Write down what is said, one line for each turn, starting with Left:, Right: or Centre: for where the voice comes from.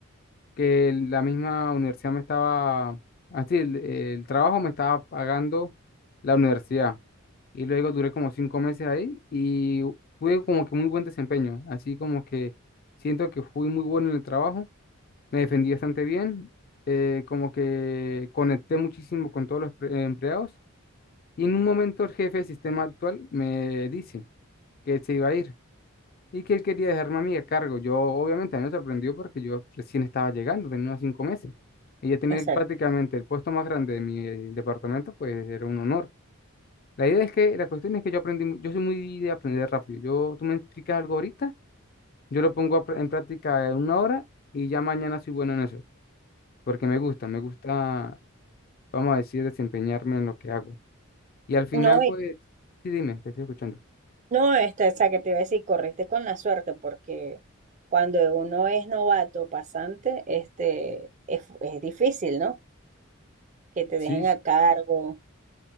Left: que la misma universidad me estaba, así, el, el trabajo me estaba pagando la universidad. Y luego duré como cinco meses ahí y tuve como que muy buen desempeño. Así como que siento que fui muy bueno en el trabajo, me defendí bastante bien, eh, como que conecté muchísimo con todos los pre- empleados. Y en un momento el jefe de sistema actual me dice que él se iba a ir y que él quería dejarme a mí a cargo. Yo obviamente a mí me sorprendió porque yo recién estaba llegando, tenía unos cinco meses. Y ya tener
Right: exacto.
Left: prácticamente el puesto más grande de mi eh, departamento, pues era un honor. La idea es que, la cuestión es que yo aprendí, mu- yo soy muy de aprender rápido. Yo, tú me explicas algo ahorita, yo lo pongo a pr- en práctica en una hora y ya mañana soy bueno en eso, porque me gusta, me gusta, vamos a decir, desempeñarme en lo que hago. Y al final,
Right: No, y-
Left: pues, sí, dime, te estoy escuchando.
Right: no, esta, esa que te iba a decir, corriste con la suerte, porque cuando uno es novato, pasante, este, es, es difícil, ¿no? Que te
Left: Sí,
Right: dejen a cargo,